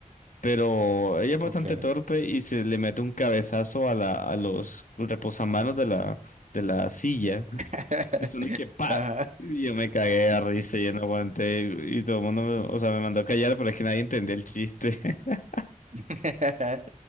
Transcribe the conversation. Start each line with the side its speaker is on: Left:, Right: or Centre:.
Left: pero ella es bastante
Right: ok.
Left: torpe y se le mete un cabezazo a la, a los reposamanos de la, de la silla.
Right: <laughs>
Left: Y son de que pa.
Right: Ajá.
Left: Y Yo me cagué de risa y yo no aguanté. Y, y todo el mundo me, o sea, me mandó a callar, pero es que nadie entendió el chiste. <laughs>
Right: <laughs>